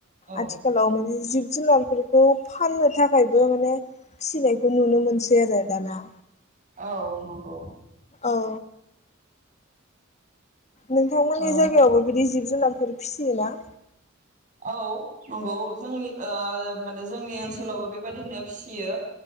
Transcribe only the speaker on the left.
आथिखालाव माने जिब जुनारफोरखौ फाननो थाखायबो माने फिनायखौ नुनो मोनसै आरो दाना।
औ नोंथांमोननि
जायगायावबो बिदि जिब जुनारफोर फिसियोना